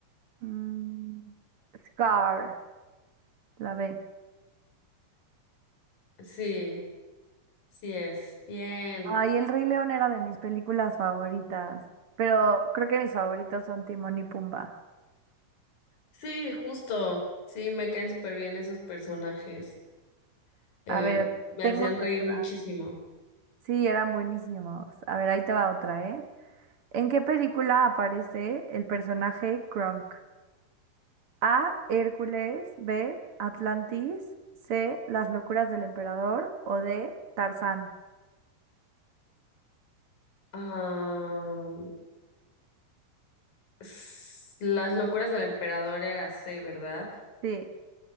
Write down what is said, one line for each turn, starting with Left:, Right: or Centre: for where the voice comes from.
Right: Mm, Scar, la B.
Left: Sí, sí es. Bien.
Right: Ay, El Rey León era de mis películas favoritas, pero creo que mis favoritos son Timón y Pumba.
Left: Sí, justo. Sí, me caen súper bien esos personajes. Eh,
Right: A ver,
Left: me
Right: tengo
Left: hacían
Right: otra.
Left: reír muchísimo.
Right: Sí, eran buenísimos. A ver, ahí te va otra, ¿eh? ¿En qué película aparece el personaje Kronk? A. Hércules. B. Atlantis. C. Las locuras del emperador. O D. Tarzán.
Left: Ah, s- las locuras del emperador era C, ¿verdad?
Right: Sí,